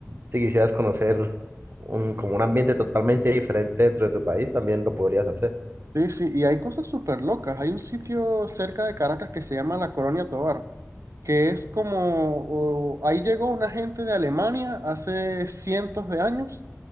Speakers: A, on the right; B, on the right.
A: si quisieras conocer un, como un ambiente totalmente diferente dentro de tu país, también lo podrías hacer.
B: Sí, sí, y hay cosas súper locas. Hay un sitio cerca de Caracas que se llama La Colonia Tovar, que es como, o- ahí llegó una gente de Alemania hace cientos de años